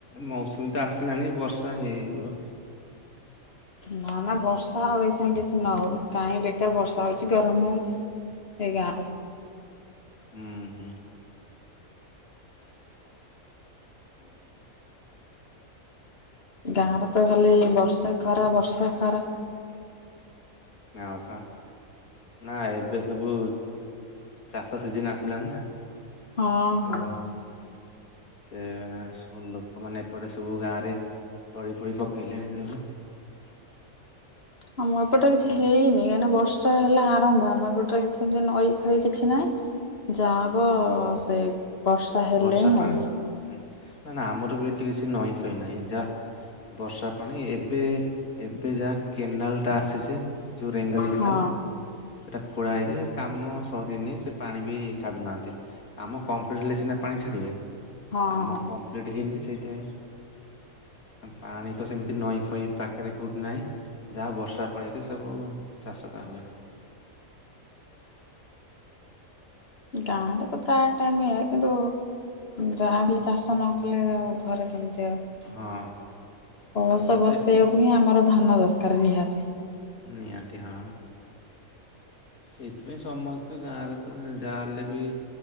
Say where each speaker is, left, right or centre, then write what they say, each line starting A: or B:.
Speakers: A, on the left; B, on the left.
A: ମୌସୁମୀ ତ ଆସିଲାଣି ବର୍ଷା ହେଇପିବ।
B: ନା ନା ବର୍ଷା ହଉ ଏଇ ସାଙ୍ଗ କିଛି ନ ହଉ କାଇଁ ବେ ଏ ବର୍ଷା ହେଉଛି ଗରମ ହେଉଛି। ଏଗାର।
A: ହୁଁ ହୁଁ।
B: ଗାଁରେ ତ ଖାଲି ବର୍ଷା ଖରା ବର୍ଷା ଖରା
A: ହଁ ପା ନା ଏବେ ସବୁ ଚାଷ ସିଜନ ଆସିଲାଣି ନା
B: ହଁ
A: ତ
B: ହଁ।
A: ସେ ସବୁ ଲୋକମାନେ ଏପଟେ ସବୁ ଗାଁରେ ତଳି ଫୋଳି ପକେଇଲେଣି ସବୁ।
B: ହଁ ମଁ ଏପଟ
A: ପକେଇଲେ
B: କିଛି ହେଇନି କାହିଁକି ବର୍ଷ ହେଲା ଆରମ୍ଭ ଆମ ପଟରେ ସେମତି ନଈ ଫଇ କିଛି ନାହିଁ ଯାହାହବ ସେ ବର୍ଷା ହେଲେ
A: ବର୍ଷା
B: ହିଁ
A: ପାଣି
B: ହବ
A: ନା ନା ଆମର ବି। କିଛି ନଈ ପଇନାହିଁ ଯାହା ବର୍ଷା ପାଣି ଏବେ ଏବେ ଯାହା କେନାଲ ଟା ଆସିଛି ଯୋଉ ରେଙ୍ଗାଲି କେନାଲ
B: ହଁ
A: ସେଟା ଖୋଳା ହେଇଛି କାମ ସରିନି ସେ ପାଣି ବି ଛାଡୁନାହାନ୍ତି କାମ କମ୍ପ୍ଲିଟ ହେଲେ ସିନା। ପାଣି ଛାଡ଼ିବେ।
B: ହଁ।
A: କାମ କମ୍ପ୍ଲିଟ ହେଇନି ସେଇ। ପାଣି ତ ସେମିତି ନଈ ଫଇ ପାଖରେ କେଉଠି ନାହିଁ ଯାହା ବର୍ଷା ପାଣିରେ ସବୁ ଚାଷ ଟା ହୁଏ।
B: ଗାଁରେ ତ ପ୍ରାୟ ଟାଇମ ଇ କିନ୍ତୁ ଯାହା ହେଲେ ଚାଷ ନ କଲେ ଆଉ ଘରେ କେମିତି କଳସ
A: ହଁ ଚାଷଟା
B: ବସେଇବାକୁ
A: ଏଠି
B: ହିଁ ଆମର ଧାନ ଦରକାର ନିହାତି।
A: ନିଆତି ହଁ। ସେଇଥିପାଇଁ ସମସ୍ତେ ଗାଁରେ ତ ଯାହାହଲେ ବି